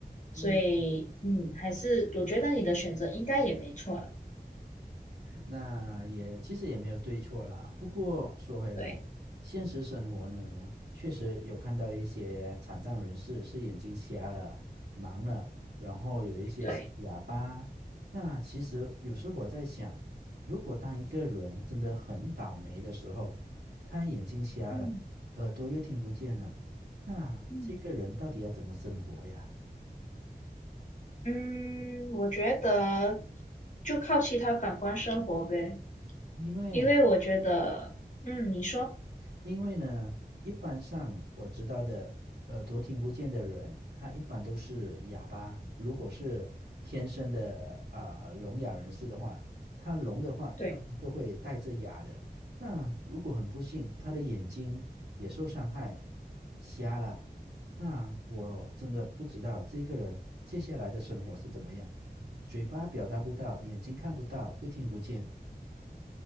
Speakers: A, on the right; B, on the left.
A: 嗯。
B: 所以，嗯，还是我觉得你的选择应该也没错了。
A: 那也其实也没有对错啦。不过说回来，
B: 对，
A: 现实生活呢，确实有看到一些残障人士是眼睛瞎了、盲了，然后有一些是哑巴。
B: 对。
A: 那其实有时候我在想，如果当一个人真的很倒霉的时候，他眼睛瞎了，
B: 嗯
A: 耳朵又听不见了，那这个人到底要怎么生活呀？
B: 嗯，嗯，我觉得就靠其他感官生活呗，
A: 因为
B: 因为我觉得，嗯，你说，
A: 因为呢，一般上我知道的耳朵听不见的人，他一般都是哑巴。如果是天生的啊、聋哑人士的话，他聋的话一般都会带着哑的。
B: 对。
A: 那如果很不幸，他的眼睛也受伤害，瞎了，那我真的不知道这个人接下来的生活是怎么样。嘴巴表达不到，眼睛看不到，又听不见，